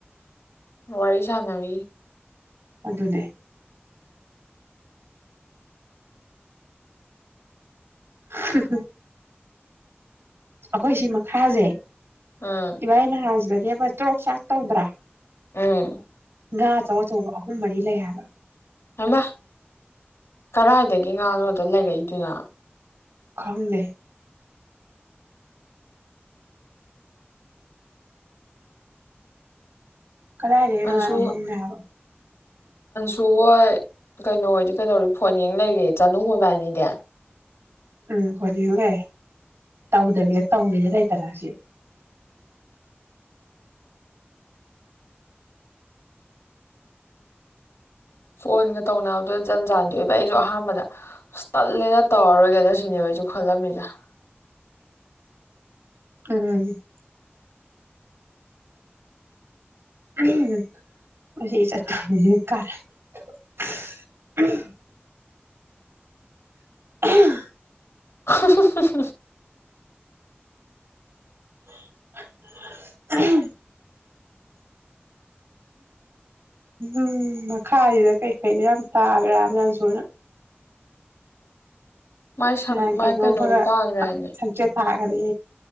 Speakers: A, on the left; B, on the right.
A: ꯋꯥꯔꯤ ꯁꯅꯔꯤ꯫
B: ꯑꯗꯨꯅꯦ꯫ ꯍꯥ ꯍꯥ ꯑꯩꯈꯣꯏ ꯁꯤ ꯃꯈꯥꯁꯦ
A: ꯎꯝ
B: ꯏꯕꯅꯤ ꯅꯍꯥꯟ ꯖꯤ ꯑꯦ ꯐꯁ ꯇ꯭ꯔꯣꯛ ꯆꯥꯛ ꯇꯧꯗ꯭ꯔꯥ?
A: ꯎꯝ꯫
B: ꯉꯥ ꯑꯆꯧ- ꯑꯆꯧꯕ ꯑꯍꯨꯝ ꯃꯔꯤ ꯂꯩ ꯍꯥꯏꯕ꯫
A: ꯍꯥꯏꯃ! ꯀꯔꯥꯏꯗꯒꯤ ꯉꯥꯅꯣꯗ ꯂꯩꯔꯛꯏꯗꯨꯅ?
B: ꯈꯪꯗꯦ꯫ ꯀꯗꯥꯏꯗꯩꯩ
A: ꯑꯟꯁꯨ
B: ꯉꯥꯅꯣ ꯈꯪꯗꯦ ꯍꯥꯏꯕꯥ꯫
A: ꯁꯨ ꯍꯣꯏ ꯀꯩꯅꯣ ꯑꯣꯏꯗꯤ ꯀꯩꯗꯧꯔꯦ ꯐꯣꯟ ꯌꯦꯡ ꯂꯩꯔꯦ ꯆꯥꯅꯨ ꯃꯥꯕꯅꯤꯗꯤ?
B: ꯎꯝ ꯐꯣꯟ ꯌꯦꯡ ꯂꯩꯔꯤ ꯇꯧꯗꯕꯤꯗ ꯇꯧꯒꯦꯗꯤ ꯂꯩꯇꯔ ꯁꯤ꯫
A: ꯐꯣꯟꯒ ꯇꯧꯅꯕ ꯑꯗꯨ ꯖꯟꯖꯥꯟꯗꯤ ꯑꯣꯏꯕ ꯑꯩꯖꯨ ꯑꯍꯥꯟꯕꯗ ꯑꯁ ꯇꯜꯂꯦꯅ ꯇꯧꯔꯔꯣꯏꯒꯗ꯭ꯔ ꯁꯤꯅꯦꯕ ꯑꯩꯁꯨ ꯈꯜꯂꯝꯃꯤ ꯖꯦ ꯫
B: ꯎꯝ꯫ ꯎꯝ! <unintelligible> <unintelligible>
A: ꯍ ꯍ ꯍ
B: <unintelligible> ꯎꯝ ꯃꯈꯥꯁꯤꯗ ꯀꯩꯀꯩꯗ ꯌꯥꯝ ꯇꯥꯈ꯭ꯔꯥꯍꯥꯏ ꯑꯟꯁꯨ ꯅꯥ꯫
A: ꯃꯥꯏ ꯁꯝ
B: ꯅꯍꯥꯟ
A: ꯃꯥꯏ
B: ꯀꯩꯅꯣꯝ
A: ꯀꯩꯅꯣꯁꯨ
B: ꯑꯃꯒ
A: ꯇꯥꯈ꯭ꯔꯦ ꯍꯥꯏꯅꯦ
B: ꯁꯪꯆꯦꯠ ꯇꯥ ꯐꯔꯦ꯫